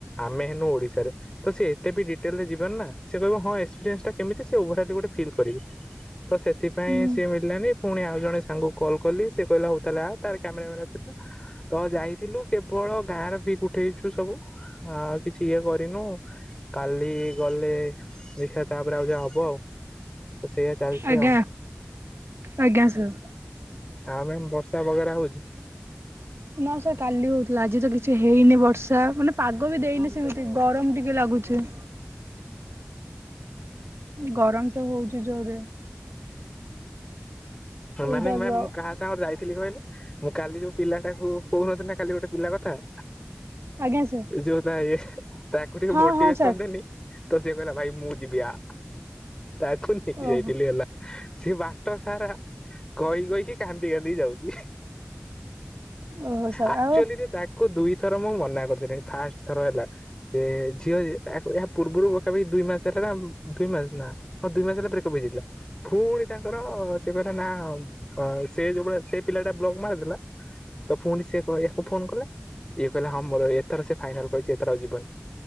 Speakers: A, on the left; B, on the right.
A: ଆମେ ହେନୁ ଓଡିଶା ତ ସେ ଏତେ ବି ଡିଟେଲରେ ଯିବ ନା ସେ କହିବ ହଁ ଏସ୍ପପିରେନ୍ସ ଟା କେମତି ସେ ଓଭରାଲୀ ଗୋଟେ ଫିଲ କରିବ ତ ସେଥିପାଇଁ
B: ହୁଁ।
A: ସିଏ ମିଳିଲାନି ପୁଣି ଆଉ ଜଣେ ସାଙ୍ଗକୁ କଲ୍ କଲି ସେ କହିଲା ହଉ ତାହାଲେ ଆ ତା ରେ କ୍ୟାମେରା ବାଲା ଥିଲା ତ ଯାଇଥିଲୁ କେବଳ ଗାଁରେ ବି ଉଠେଇଚୁ ସବୁ ଆ କିଛି ଇଏ କରି ନୁ କାଲି ଗଲେ ଦେଖିବା ତାପରେ ଆଉ ଯାହା ହବ ଆଉ ତ ସେଇଆ ଚାଲିଚି
B: ଆଜ୍ଞା
A: ଆଉ
B: ଆଜ୍ଞା ସାର।
A: ଆଉ ମେମ୍ ବର୍ଷା ବଗେରା ହଉଚି
B: ନା ସେ କାଲି ହଉଥିଲା ଆଜି ତ କିଛି ହେଇନି ବର୍ଷା ମାନେ ପାଗ ବି ଦେଇନି ସେ ସେମିତି ଗରମ ଟିକେ ଲାଗୁଛି ଗରମ ତ ହଉଚି ଜୋରରେ ଏଇ
A: ମାନେ
B: ଟାଇପ୍
A: ମ୍ୟାମ
B: ର
A: ମୁଁ କାହା ତାଙ୍କର ଯାଇଥିଲି କହିଲେ ମୁଁ କାଲି ଯୋଉ ପିଲାଟାକୁ କହୁନଥିଲି ନା କାଲି ଗୋଟେ ପିଲା କଥା
B: ଆଜ୍ଞା ସାର୍
A: ଯୋଉ ତା ଇଏ ତାକୁ ଟିକେ
B: ହଁ
A: ମୋଟିଭେସନ
B: ହଁ ସାର୍
A: ଦେନି ତ ସିଏ କହିଲା ଭାଇ ମୁଁ ଯିବି ଆ, ତାକୁ ନେଇକି
B: ଓହୋ
A: ଯାଇଥିଲି ହେଲା ସେ ବାଟ ସାରା କହି କହିକି କାନ୍ଦି କାନ୍ଦି ଯାଉଚି
B: ଓହୋ ସାର୍
A: ଆଚୁଆଲିରେ
B: ଆଉ
A: ତାକୁ ଦୁଇ ଥର ମୁଁ ମନା କରିସାରିଲିଣି, ଫାଷ୍ଟ ଥର ହେଲା ସେ ଝିଅ ଏହା ପୂର୍ବରୁ ପାଖପାଖି ଦୁଇ ମାସ ହେଲା ନା ଦୁଇ ମାସ ନା ହଁ ଦୁଇ ମାସ ହେଲା ବ୍ରେକପ ହେଇା ଯାଇଥିଲା ପୁଣି ତାଙ୍କର ସେ କହିଲା ନା ସେ ଯୋଉ ଭଳିଆ ସେ ପିଲାଟା ବ୍ଲକ ମାରିଦେଲା ତ ପୁଣି ସେ କ ୟାକୁ ଫୋନ କଲା ଇଏ କହିଲା ହଁ ମୋର ଏଥର ସେ ଫାଇନାଲ କହିଚି ଏଥର ଆଉ ଯିବନି